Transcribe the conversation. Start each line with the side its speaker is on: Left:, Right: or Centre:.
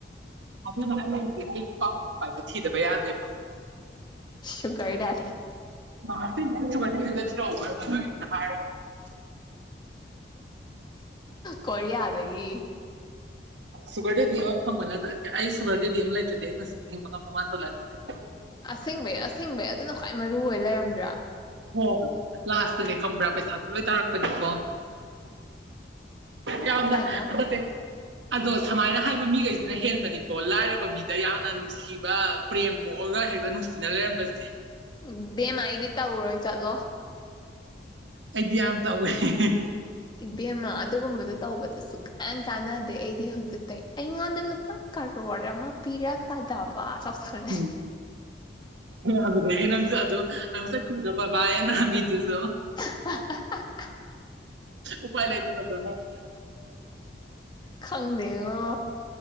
Right: <unintelligible> ꯊꯤꯗꯕ ꯌꯥꯗꯦꯕ
Left: ꯁꯨꯒꯔꯗꯦꯗꯤ
Right: <unintelligible>
Left: ꯀꯣꯔꯤꯌꯥꯗꯒꯤ
Right: ꯁꯨꯒꯔꯗꯦꯗꯤ ꯑꯃ ꯐꯪꯕ ꯅꯠꯇꯔꯗꯤ ꯑꯩ ꯁꯨꯒꯔꯗꯦꯗꯤ ꯂꯩꯇꯔꯗꯤ ꯑꯩ ꯀꯁꯨꯕꯤ ꯄꯨꯟꯁꯤꯁꯦ ꯍꯤꯡꯕ ꯉꯝꯗꯧ ꯃꯥꯟꯖꯜꯂꯛꯇꯔꯦ
Left: ꯑꯁꯦꯡꯕꯩ ꯑꯁꯦꯡꯕꯩ ꯑꯗꯨꯅ ꯈ꯭ꯋꯥꯏ ꯃꯔꯨ ꯑꯣꯏ ꯂꯩꯔꯝꯗ꯭ꯔꯥ
Right: <unintelligible> ꯅꯦ ꯈꯪꯕꯔꯥ ꯄꯩꯁꯥꯗꯣ ꯂꯣꯏ ꯇꯥꯔꯛꯄꯅꯦꯀꯣ ꯌꯥꯝꯅ
Left: ꯇꯥꯏꯉꯣ
Right: ꯅꯠꯇꯦ ꯑꯗꯣ ꯁꯥꯃꯥꯏꯅ ꯍꯥꯏꯕ ꯃꯤꯈꯩꯁꯤꯅ ꯍꯦꯟꯕꯅꯤꯀꯣ ꯂꯥꯏꯔꯕ ꯃꯤꯗ ꯌꯥꯝꯅ ꯅꯨꯡꯁꯤꯕ ꯄ꯭ꯔꯦꯝ ꯄꯣꯛꯑꯒ ꯍꯦꯛꯇ ꯅꯨꯡꯁꯤꯅ ꯂꯩꯔꯝꯕꯁꯦ
Left: ꯎꯝ ꯏꯕꯦꯝꯃꯥ ꯑꯩꯗꯤ ꯇꯧꯔꯣꯏ ꯆꯠꯂꯣ
Right: ꯑꯩꯗꯤ ꯌꯥꯝ ꯇꯧꯋꯦ ꯍꯦ ꯍꯦ ꯍꯦ
Left: ꯏꯕꯦꯝꯃ ꯑꯗꯨꯒꯨꯝꯕꯗꯣ ꯇꯧꯕꯗ ꯁꯨꯛꯀꯥꯟ ꯀꯥꯟꯅꯗꯦ ꯑꯩꯗꯤ ꯍꯧꯖꯤꯛꯇꯩ ꯑꯩꯉꯣꯟꯗ ꯂꯨꯄꯥ ꯀꯔꯣꯔ ꯑꯃ ꯄꯤꯔꯛꯀꯗꯕ ꯇꯧꯁꯜꯂꯦ
Right: <unintelligible> ꯑꯗꯨꯗꯒꯤ ꯅꯪꯁꯨ ꯑꯗꯨꯝ ꯆꯠꯈꯤꯕꯗꯣ ꯕꯕꯥꯏꯑꯦꯅ ꯃꯤꯗꯨꯁꯨ
Left: <unintelligible>
Right: ꯎꯄꯥꯎ ꯂꯩꯇꯕꯗꯣ ꯈꯪ <unintelligible>
Left: ꯈꯪꯗꯦꯉꯣ